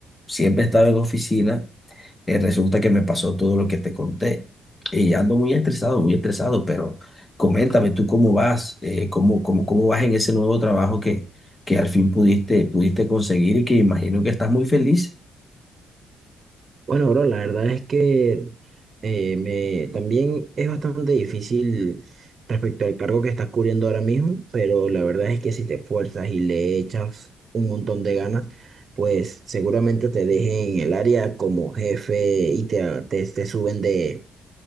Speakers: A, on the left; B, on the right.
A: siempre estaba en oficina eh, resulta que me pasó todo lo que te conté. Y ando muy estresado, muy estresado, pero coméntame tú cómo vas, eh, cómo, cómo, cómo vas en ese nuevo trabajo que, que al fin pudiste, pudiste conseguir y que imagino que estás muy feliz.
B: Bueno, bro, la verdad es que eh, me, también es bastante difícil respecto al cargo que estás cubriendo ahora mismo, pero la verdad es que si te esfuerzas y le echas un montón de ganas, pues seguramente te dejen en el área como jefe y te, te, te suben de,